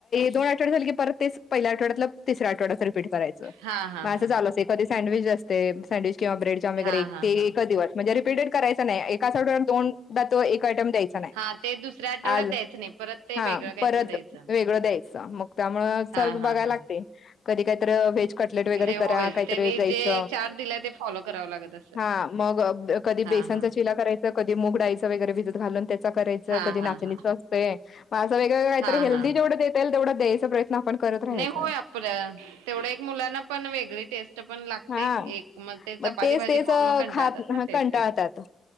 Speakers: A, on the left; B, on the right.
A: दोन आठवडे झाले की परत तेच पहिल्या आठवड्यातलं तिसरा आठवड्याच रिपीट करायं
B: हा हा
A: मग
B: हा
A: असं झालं एखदी सडविच असते सडविच किंवा ब्रेड च्या वगैरे
B: हा हा
A: ते
B: हा
A: एकच दिवस म्हणजे रिपीटेड करायच नाही एका आठवड्यात दोन दा तो एक आयटम द्यायचा.
B: हा ते दुसऱ्या आठवड्यात
A: आ
B: द्यायचं नाही परत ते
A: हा
B: वेगळं काहीतरी
A: परत
B: द्यायचं.
A: वेगळं द्यायचं मग त्यामुळे-
B: हा
A: बघाला
B: हा हा
A: लागते कधी कधी व्हेज कटलेट वैगेरे
B: नाही होय
A: करा काही
B: त्यांनी
A: तरी द्यायच
B: जे चार्ट दिलाय ते फॉलो करावं लागत असेल.
A: हा मग अ... कधी
B: हा
A: बेसन
B: हा
A: चा चिला करायचा कधी मुगडाळीच वगैरे भिजत घालून त्याचा करायचं
B: हा
A: कधी
B: हा
A: नाचणीचं
B: हा
A: असते- म अस वेगळे काही
B: हा
A: तर हेल्दी
B: हा
A: जेवढे देता येईल तेवढा् द्यायचा प्रयत् आपण- करत राहायचा
B: नाही होय आपल्या तेवढ्या एक मुलांना पण वेगळी टेस्ट- टेस्ट पण लागते
A: हा
B: एक मग ते चपाती
A: तेच
B: भाजी
A: तेच
B: खाऊन मग कंटाळतात
A: खात
B: ना तेच
A: कंटाळतात
B: तेच....